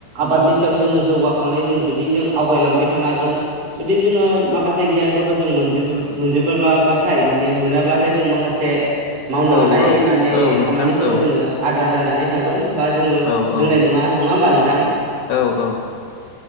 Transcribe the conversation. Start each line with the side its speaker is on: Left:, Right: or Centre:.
Right: आबादनि सायाव जोङो जौगाखांनाय जों जुदि जों आवगायलांबाय थानो हागोन। जुदि जोङो माखासे गियानफोरखौ जों मोनजोबो मोनजोबोला बा थाय माने मोनाब्लाथाय जों माखासे मावनो
Left: औ
Right: लानाय
Left: औ
Right: माने
Left: औ नोंथां
Right: खामानिफोर
Left: औ
Right: जोङो आद्रा जानानै थागोन बा जोङो
Left: औ
Right: रोंनाय नङा नङा होमबा नोंथां?
Left: औ, औ